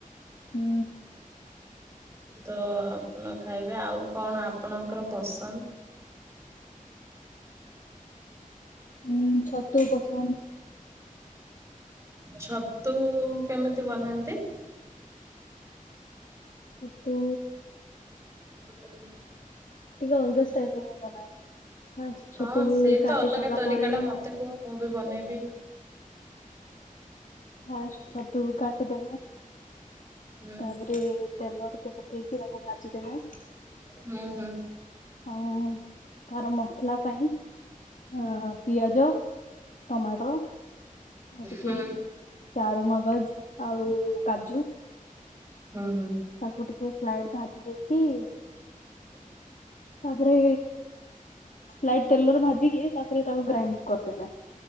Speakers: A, on the left (about 65°); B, on the right (about 20°).
A: ହୁଁ।
B: ତ ଆପଣ ଖାଇବେ ଆଉ କଣ ଆପଣଙ୍କର ପସନ୍ଦ?
A: ହୁଁ ଛତୁ ପସନ୍ଦ୍।
B: ଛତୁ କେମିତି ବନାନ୍ତି?
A: ଛତୁ
B: ହ <inaudible>
A: ଟିକ ଅଲଗା ଷ୍ଟାଇଲରେ ମୁଁ ବନାଏ। ଫାଷ୍ଟ ଛତୁକୁ
B: ହଁ ସେଇ
A: କାଟି
B: ତ ଅଲଗା
A: ସାରିଲା
B: ତରିକା
A: ପରେ
B: ଟା ମତେ କୁହ ମୁଁ ବି ବନେଇବି।
A: ଫାଷ୍ଟ ଛତୁ କୁ କାଟିଦେବେ।
B: ହୁଁ
A: ତାପରେ ତେଲ ଟିକେ ପକେଇକି ତାକୁ ଭାଜିଦେବେ।
B: ହୁଁ ହୁଁ।
A: ଆଉ ତାର ମସଲା ପାଇଁ ଅ ପିଆଜ। ଟମାଟୋର ଆଉ ଟିକେ
B: ହୁଁ ହୁଁ
A: ଚାରୁ ମଗଜ। ଆଉ କାଜୁ।
B: ହୁଁ ହୁଁ।
A: ତାକୁ ଟିକେ ଫ୍ଲାଇଡ୍ ଭାଜି ଦେଇକି।
B: <inaudible>
A: ତାପରେ ସ୍ଲାଇଟ ତେଲରେ ଭାଜିକି ତାପରେ ତାକୁ ଗ୍ରାଇଣ୍ଡିଙ୍ଗ କରିଦେବେ।